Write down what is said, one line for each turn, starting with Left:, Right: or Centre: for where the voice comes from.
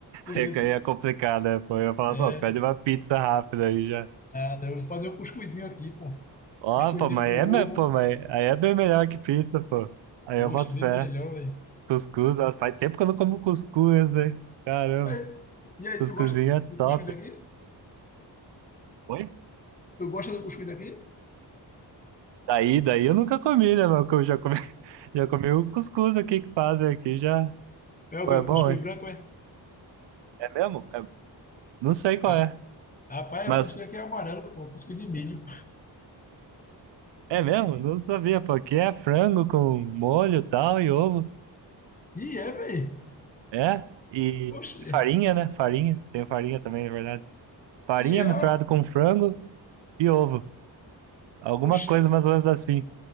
Left: Entendeu?
Right: é que aí é complicado, né? Pô, eu ia falar,
Left: É.
Right: pô, pede uma pizza rápida aí já.
Left: Nada, eu vou fazer o cuscuzinho aqui, pô.
Right: Ó,
Left: Cuscuzinho
Right: pô, mas
Left: com
Right: é,
Left: ovo.
Right: me- pô, mas aí é bem melhor que pizza, pô. Aí
Left: Oxe,
Right: eu boto
Left: bem
Right: fé.
Left: melhor, velho.
Right: Cuscuz, nossa, faz tempo que eu não como cuscuz, né? Caramba,
Left: Mas, e aí,
Right: cuscuzinho
Left: tu gosta
Right: é
Left: do
Right: top.
Left: cuscuz daqui?
Right: Oi?
Left: Tu gosta do cuscuz daqui?
Right: Daí, daí eu nunca comi, né, meu? Eu já comi, <laughs> já comi o cuscuz aqui que fazem aqui, já.
Left: É o
Right: Pô,
Left: quê?
Right: é
Left: O
Right: bom,
Left: cuscuz
Right: hein?
Left: branco, é?
Right: É mesmo? É- Não sei qual
Left: Ah,
Right: é,
Left: rapaz,
Right: mas
Left: o cuscuz aqui é amarelo, pô. Cuscuz de milho.
Right: é mesmo? Não sabia, pô. Aqui é frango com molho e tal e ovo.
Left: E é, velho.
Right: É? E,
Left: Oxe.
Right: e farinha, né? Farinha. Tem farinha também, na verdade. Farinha
Left: E
Right: misturada
Left: é.
Right: com frango e ovo. Alguma
Left: Oxe.
Right: coisa mais ou menos assim.